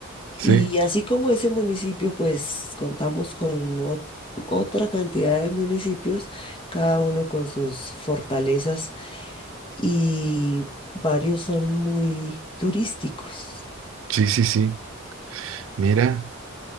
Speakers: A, on the right; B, on the left.
A: Sí,
B: Y así como ese municipio, pues contamos con ot- otra cantidad de municipios, cada uno con sus fortalezas y varios son muy turísticos.
A: sí, sí, sí. Mira,